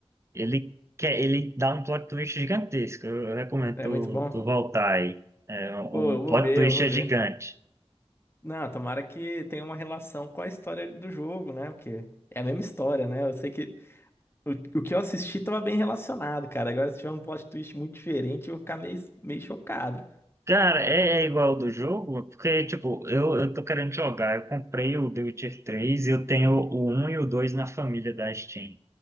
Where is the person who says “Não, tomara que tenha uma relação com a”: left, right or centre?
Left